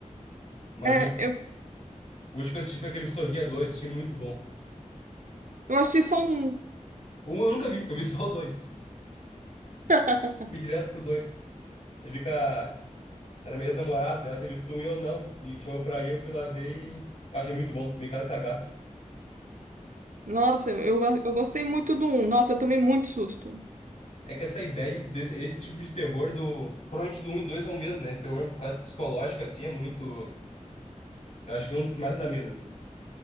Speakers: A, on the left; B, on the right.
A: Mas
B: É,
A: o último,
B: eu,
A: o último que eu assisti foi aquele Sorria dois achei muito bom.
B: eu assisti só um.
A: Um eu nunca vi, eu vi <laughs> só o dois.
B: <laughs>
A: Fui direto pro dois. Eu vi com a... Era minha ex-namorada, ela tinha visto um e eu não, me chamou pra ir, eu fui lá ver e achei muito bom, tomei cada cagaço.
B: Nossa, eu, eu eu gostei muito do um. Nossa, eu tomei muito susto.
A: É que essa ideia de, desse, esse tipo de terror do. Provavelmente do um e 2 é o mesmo, né? Esse terror quase psicológico, assim, é muito. Eu acho que é um dos que mais me dá medo, assim.